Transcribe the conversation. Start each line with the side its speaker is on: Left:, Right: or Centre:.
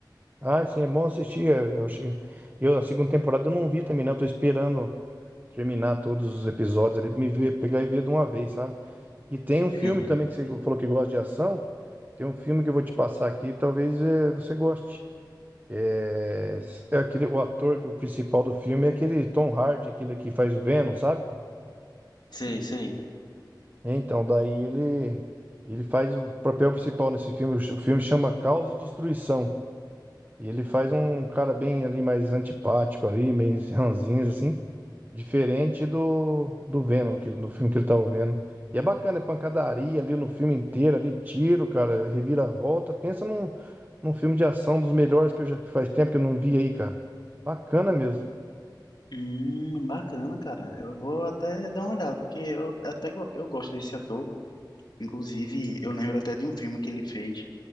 Right: Ah, sim, é bom assistir. é, Eu achei... eu, a segunda temporada eu não vi também, não. Eu Tô esperando terminar todos os episódios ali pra me ver, pegar e ver de uma vez, sabe? E tem um filme
Left: <laughs>
Right: também que você falou que gosta de ação. Tem um filme que eu vou te passar aqui, talvez é, você goste. É, é aquele, o ator que o principal do filme é aquele Tom Hardy, aquele que faz o Venom, sabe?
Left: Sei, sei.
Right: Então, daí ele ele faz o papel principal nesse filme. O filme chama Caos e Destruição. E ele faz um cara bem ali mais antipático ali, bem <laughs> ranzinhos assim, diferente do, do Venom, que, do filme que ele tava vendo. E é bacana, é pancadaria ali no filme inteiro, ali tiro, cara, reviravolta. Pensa num, num filme de ação dos melhores que eu já que faz tempo que eu não vi aí, cara. Bacana mesmo.
Left: Hum, bacana, cara. Eu vou até dar uma olhada, porque eu até go- eu gosto desse ator. Inclusive, eu lembro até de um filme que ele fez,